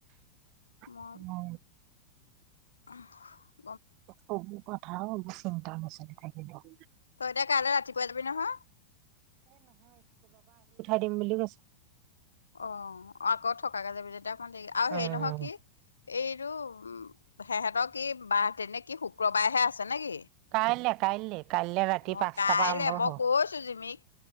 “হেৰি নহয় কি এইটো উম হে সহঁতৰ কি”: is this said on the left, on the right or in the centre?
Left